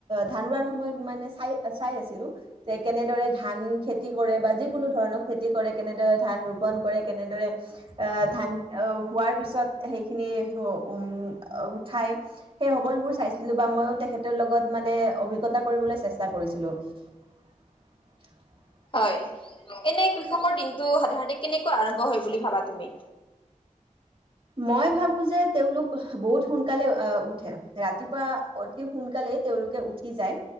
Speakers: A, on the right; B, on the left.
A: ধান ৰোৱাৰ সময়ত মানে চাই চাই আছিলো যে কেনেদৰে ধান খেতি কৰে বা যিকোনো ধৰণৰ খেতি কৰে কেনেদৰে ধান ৰোপন কৰে কেনেদৰে ধান হোৱাৰ পিছত সেইখিনি উ উঠাই সেই সকলোবোৰ চাইছিলো বা ময়ো তেখেতৰ লগত মানে অভিজ্ঞতা কৰিবলৈ চেষ্টা কৰিছিলোঁ উম
B: হয় এনে কৃষকৰ দিনতটো সাধাৰণতে কেনেকুৱা আৰম্ভ হয় বুলি ভাবা তুমি
A: মই ভাবো যে তেওঁলোক বহুত সোনকালে আহ উঠে ৰাতিপুৱা অতি সোনকালেই তেওঁলোকে উঠি যায়